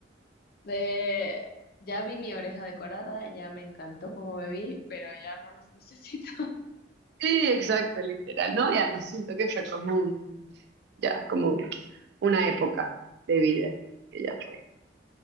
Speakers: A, on the left; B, on the right.
A: De, ya vi mi oreja decorada, ya me encantó como me vi, pero ya no los <laughs> necesito.
B: Sí, exacto, literal, ¿no? Y además siento que fue como un, ya, como una época de vida que ya fue.